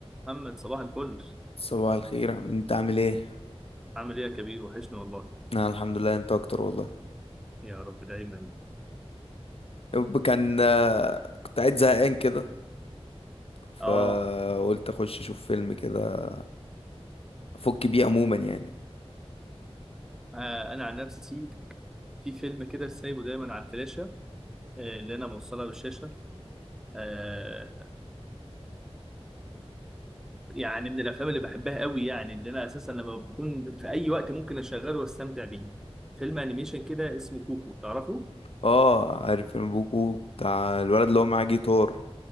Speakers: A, in the centre; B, on the left.
A: محمد صباح الفل
B: صباح الخير يا حبيبي انت عامل ايه
A: عامل ايه يا كبير وحشني والله
B: انا الحمد لله انت اكتر والله
A: يا رب دايما
B: يب كان آه، كنت قاعد زهقان كده فقلت
A: اه
B: اخش اشوف فيلم كده افك بيه عموما يعني
A: آه، انا عن نفسي في فيلم كده سايبه دايما على الفلاشه آه، اللي انا موصلها بالشاشه آه، يعني من الافلام اللي بحبها قوي يعني اللي انا اساسا لما بكون في اي وقت ممكن اشغله واستمتع بيه فيلم انيميشن كده اسمه كوكو تعرفه
B: اه عارف فيلم بوكو بتاع الولد اللي هو معاه جيتار